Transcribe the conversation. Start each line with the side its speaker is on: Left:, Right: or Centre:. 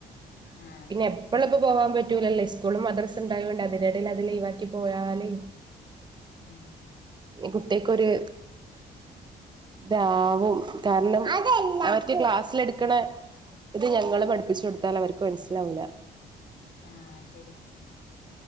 Left: ആഹ്
Right: പിന്നെ ഇപ്പ ഇളളപ്പോ പോവാൻ പറ്റൂലല്ലേ, സ്കൂളും, മദ്രസ ഉണ്ടായോണ്ടേ അതിനിടയിൽ അത് ലീവാക്കി പോയാല്
Left: ഉം
Right: കുട്ടികൾക്കൊരു ഇതാവും കാരണം ക്ലാസ്സ്‌ൽ എടുക്കെണ ഇത് ഞങ്ങള് പഠിപ്പിച്ചു കൊടുത്താൽ അവർക്ക് മനസ്സിലാവില്ല
Left: ആഹ ശരി